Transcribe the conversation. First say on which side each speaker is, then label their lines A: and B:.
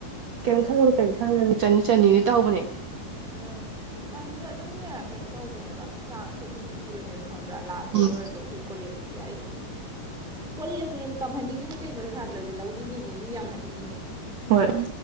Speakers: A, on the right; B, in the centre.
A: ꯀꯩꯝ ꯈꯟꯅꯨ ꯀꯩꯝ ꯈꯟꯅꯨ ꯆꯟꯅꯤ ꯆꯟꯅꯤꯗꯤ ꯇꯧꯍꯧꯕꯅꯦ
B: ꯎꯝ ꯆꯥꯟꯗꯤꯗ ꯑꯗꯨꯝꯅꯦ ꯀꯩꯅꯣ ꯇꯧꯕꯅꯦꯕ ꯆꯥꯟꯁꯨ ꯑꯗꯨꯝ ꯄꯤꯕꯅꯦꯕ ꯈꯪꯕ ꯂꯥꯁ ꯗꯦꯠ
A: ꯎꯝ
B: ꯑꯣꯏꯔꯁꯨ ꯑꯩꯈꯣꯏ ꯀꯣꯂꯦꯁ ꯗꯤ ꯍꯥꯏꯗꯤ ꯀꯣꯂꯦꯁꯅ ꯍꯦꯟꯅ ꯇꯝꯍꯟꯅꯤꯡꯉꯤꯅꯤ ꯀꯩꯅꯣ ꯁꯥꯇ꯭ꯔꯁꯦ ꯂꯧꯅꯤꯡꯉꯤꯅꯦ ꯃꯤ ꯌꯥꯝꯍꯟꯅꯤꯡꯉꯤꯅꯦ
A: ꯍꯣꯏ